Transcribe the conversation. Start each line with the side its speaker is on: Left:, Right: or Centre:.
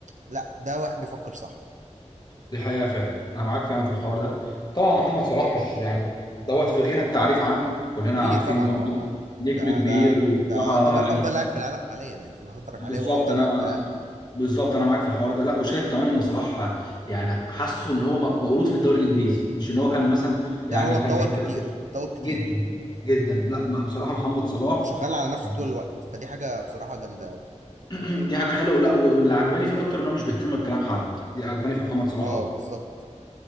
Right: لا ده واحد بيفكر صح
Left: دي حقيقة فعلا أنا معاك فعلا في الحوار ده طبعا محمد صلاح مش يعني دوت في غنى التعريف عنه كلنا
Right: اكيد
Left: عارفين
Right: طبعا
Left: إن هو
Right: هو
Left: نجم نجم
Right: ده
Left: كبير
Right: ده
Left: وبصراحة
Right: ده يعتبر
Left: يعني
Right: افضل لاعب في العالم حاليا يعني في الفتره
Left: بالظبط
Right: الحاليه هو افضل
Left: أنا
Right: لاعب في العالم
Left: بالظبط أنا معاك في الحوار ده لا وشايف كمان إن صلاح يعني حاسه إن هو م- مولود في الدوري الإنجليزي مش إن هو كان مثلا يعني
Right: لا هو اتطور
Left: كان في فرقة
Right: كتير اتطور كتير
Left: جدا جدا لا ما بصراحة محمد صلاح
Right: وشغال على نفسه
Left: يعني
Right: طول الوقت فدي حاجه بصراحه جامده قوي
Left: <clears throat> دي حاجة حلوة ولا واللي عجباني فيه أكتر إن هو مش بيهتم بكلام حد دي عجباني في محمد صلاح
Right: اه
Left: أوي
Right: بالظبط